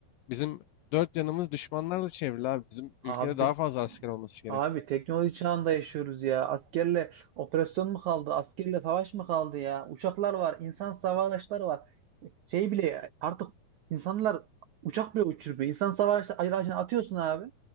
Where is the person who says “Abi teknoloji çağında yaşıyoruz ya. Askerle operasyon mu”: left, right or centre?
Right